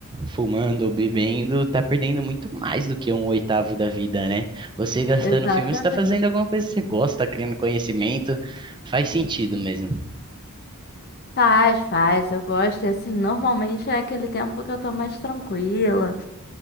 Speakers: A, on the right; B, on the left.
A: fumando ou bebendo, tá perdendo muito mais do que um oitavo da vida, né? Você gastando
B: Exatamente.
A: filme, você tá fazendo alguma coisa que você gosta, tá criando conhecimento, faz sentido mesmo.
B: Faz, faz, eu gosto. E, Assim, normalmente é aquele tempo que eu tô mais tranquila,